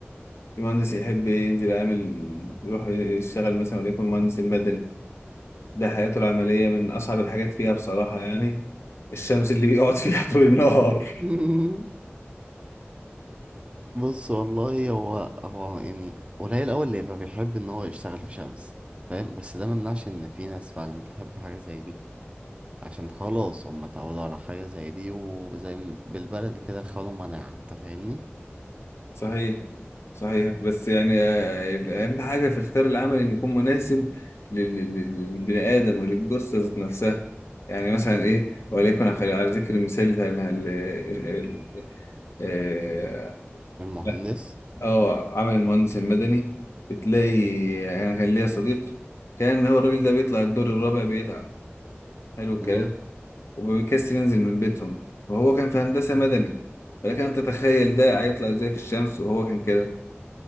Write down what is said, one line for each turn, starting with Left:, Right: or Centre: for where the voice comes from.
Left: في مهندس يحب ينزل يعمل يروح يشتغل مثلا وليكن مهندس المدني ده حياته العملية من أصعب الحاجات فيها بصراحة يعني الشمس اللي بيقعد فيها طول النهار
Right: <laughs> بص والله هو هو يعني قليل أوي اللي يبقى بيحب إن هو يشتغل في شمس فاهم؟ بس ده ممنعش إن في ناس فعلا بتحب حاجة زي دي عشان خلاص هم اتعودوا على حاجة زي دي وزي م- بالبلدي كده خدوا مناعة انت فاهمني
Left: صحيح صحيح بس يعني آه، أهم حاجة في اختيار العمل إنه يكون مناسب لل- لل- للبني آدم وللجثة ذات نفسها يعني مثلا إيه وليكن على على ذكر المثال بتاع المه- ال- ال- ال- آه
Right: من المهندس
Left: لا، آه، عمل المهندس المدني بتلاقي أنا كان ليا صديق كان هو الراجل ده بيطلع الدور الرابع بيتعب حلو الكلام
Right: امم
Left: وبيكسر ينزل من بيتهم وهو كان في هندسة مدني ولكن أنت تتخيل ده هيطلع إزاي في الشمس وهو كان كده